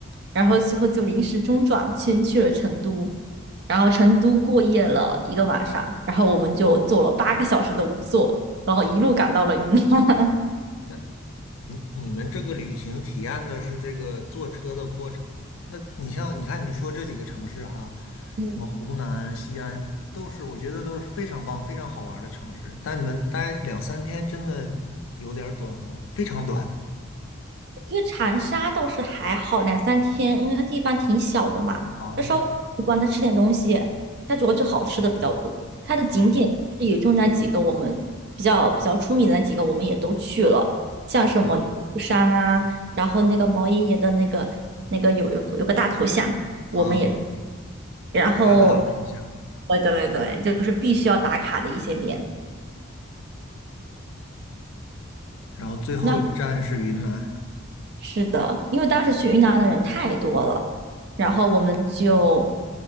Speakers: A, on the right; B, on the left.
A: 然后最后就临时中转，先去了成都，然后成都过夜了一个晚上，然后我们就坐了八个小时的午座，然后一路赶到了云南。
B: 那你你们这个旅行体验的是这个坐车的过程吗？那你像你看你说这几个城市哈，
A: <laughs>
B: 什么湖南、西安，都是我觉得都是非常棒、非常好玩儿的城市。但你们待两三天真的有点儿短哦，非常短
A: 因为长沙倒是还好，两三天，因为它地方挺小的嘛，
B: 啊
A: 它稍微一逛，它吃点东西，它主要就好吃的比较多。它的景点也就那几个，
B: 啊
A: 我们比较比较出名的那几个，我们也都去了，像什么玉山啊，
B: 啊
A: 然后那个毛爷爷的那个那个有有个有个大头像，
B: 啊！
A: 我们也，然后，
B: 打卡了一下，
A: 对对对，就是必须要打卡的一些点。
B: 然后最后一站是云南
A: 那是的，因为当时去云南的人太多了，然后我们就